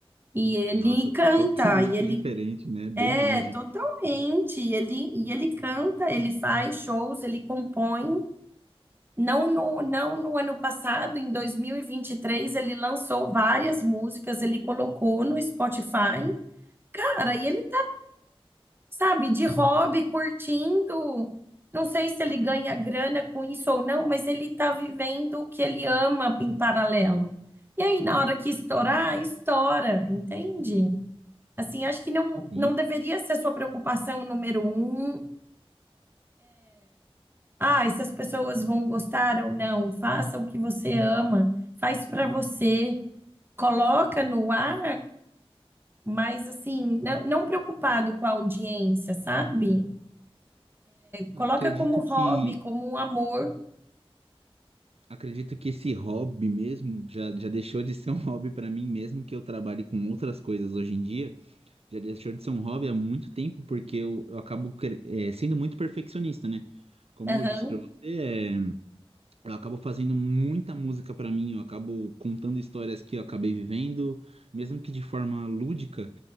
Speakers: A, on the right; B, on the right.
A: e ele
B: Nossa,
A: canta,
B: totalmente
A: e ele
B: diferente, né? Bem
A: é
B: longe.
A: totalmente, e ele, e ele canta, ele faz shows, ele compõe. Não no, não no ano passado, em 2023, ele lançou várias músicas, ele colocou no Spotify. Cara, e ele sabe, de hobby, curtindo. Não sei se ele ganha grana com isso ou não, mas ele está vivendo o que ele ama em paralelo. E aí, na hora que estourar, estoura, entende? Assim, acho que não,
B: Sim.
A: não deveria ser a sua preocupação número um. Ah, e se as pessoas vão gostar ou não, faça o que você ama, faz para você, coloca no ar, mas assim, não, não preocupado com a audiência, sabe? Coloca
B: Ah, Acredito
A: como hobby,
B: que
A: como um amor
B: acredito que esse hobby mesmo já, já deixou de ser um <laughs> hobby para mim mesmo que eu trabalhe com outras coisas hoje em dia. Já deixou de ser um hobby há muito tempo porque eu, eu acabo cre- eh, sendo muito perfeccionista, né? Como
A: Aham.
B: eu disse para você, eh, eu acabo fazendo muita música para mim, eu acabo contando histórias que eu acabei vivendo, mesmo que de forma lúdica.